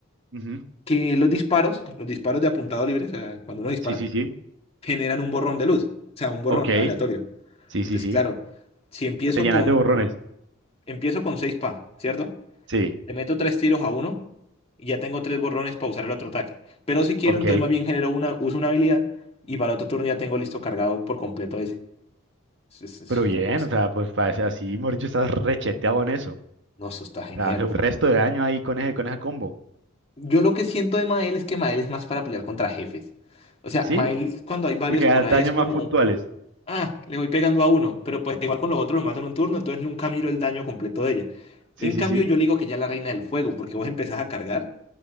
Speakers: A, on the right; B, on the left.
A: Ujú.
B: que los disparos, los disparos de apuntado libre, o sea, cuando uno dispara,
A: Sí, sí, sí.
B: generan un borrón de luz, o sea, un borrón
A: Ok.
B: aleatorio.
A: Sí,
B: Entonces,
A: sí, sí.
B: claro, si empiezo
A: Te llenas
B: con,
A: de borrones.
B: empiezo con 6 pa, ¿cierto?
A: Sí.
B: Le meto tres tiros a uno y ya tengo tres borrones para usar el otro ataque. Pero si quiero,
A: Ok.
B: entonces más bien genero una, uso una habilidad y para el otro turno ya tengo listo cargado por completo ese. Es, es- es
A: Pero bien,
B: una cosa.
A: o sea, pues parece así, Mauricio, estás recheteado en eso.
B: No, eso está genial.
A: O sea, hace un resto de daño ahí con ese, con ese combo.
B: Yo lo que siento de Mael es que Mael es más para pelear contra jefes. O sea,
A: ¿Sí?
B: Mael cuando hay varios
A: Porque das
B: por ahí
A: daños
B: es como,
A: más puntuales.
B: ah, le voy pegando a uno, pero pues igual con los otros los mato en un turno, entonces nunca miro el daño completo de ella.
A: Sí,
B: En
A: sí,
B: cambio,
A: sí.
B: yo le digo que ya es la reina del fuego, porque vos empezás a cargar.